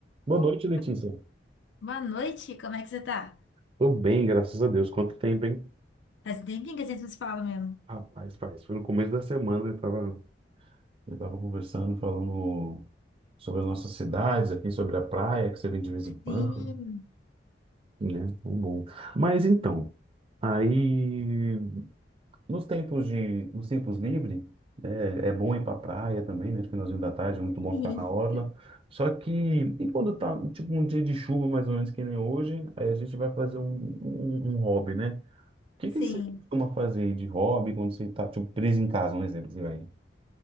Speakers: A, on the right (about 30°); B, on the left (about 80°).
A: Boa
B: Ô,
A: noite, Letícia.
B: Boa noite, como é que você tá?
A: Tô bem, graças a Deus. Quanto tempo, hein?
B: Faz um tempinho que a gente não se fala mesmo.
A: Rapaz, faz. Foi no começo da semana, eu tava. Eu estava conversando, falando sobre as nossas cidades aqui, sobre a praia que você vem de vez em quando.
B: Sim,
A: Né? Bom, bom. Mas então, aí. Nos tempos de, nos tempos livres, né, é bom ir para praia também, né? No Finalzinho da tarde, é muito bom
B: <laughs> sim.
A: ficar na orla. Só que, e quando tá, tipo, um dia de chuva, mais ou menos que nem hoje, aí a gente vai fazer um, um, um hobby, né? O que
B: sim.
A: que você costuma fazer de hobby quando você tá, tipo, preso em casa, um exemplo, você vai.